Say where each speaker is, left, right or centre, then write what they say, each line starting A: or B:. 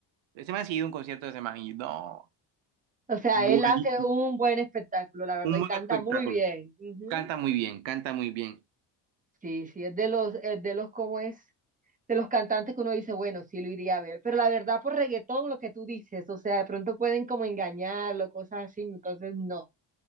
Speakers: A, on the right; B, on the right.
A: Ese man ha seguido un concierto de ese man y no.
B: O sea,
A: Buenísimo.
B: él hace un buen espectáculo, la verdad,
A: Un
B: y
A: buen
B: canta
A: espectáculo.
B: muy bien. Ujú.
A: Canta muy bien, canta muy bien.
B: Sí, sí, es de los, es de los, ¿cómo es? De los cantantes que uno dice, bueno, sí lo iría a ver. Pero la verdad, por reggaetón, lo que tú dices, o sea, de pronto pueden como engañarlo, cosas así, entonces no,